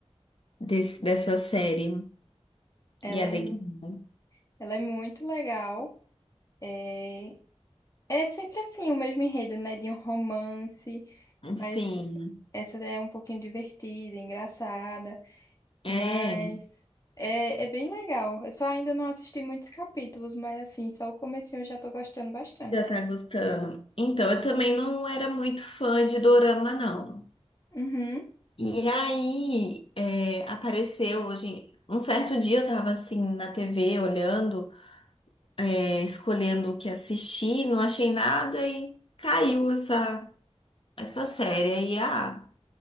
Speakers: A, on the left; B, on the left.
A: desse dessa série.
B: Ela
A: E é legal.
B: é, mu- ela é muito legal. É, É sempre assim, o mesmo enredo, né? De um romance, mas
A: Sim,
B: essa é um pouquinho divertida, engraçada,
A: é,
B: mas é, é bem legal. Eu só ainda não assisti muitos capítulos, mas assim, só o comecinho eu já tô gostando bastante.
A: já tá gostando. Então, eu também não era muito fã de dorama, não.
B: Uhum,
A: E aí, é, apareceu hoje, um certo dia eu tava assim na TV olhando. é, escolhendo o que assistir, não achei nada e caiu essa, essa série. Aí, ah,